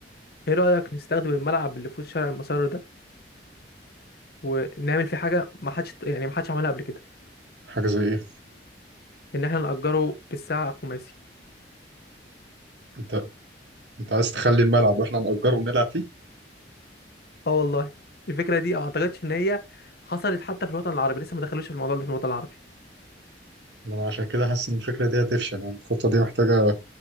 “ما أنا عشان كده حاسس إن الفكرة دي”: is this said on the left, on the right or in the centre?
Right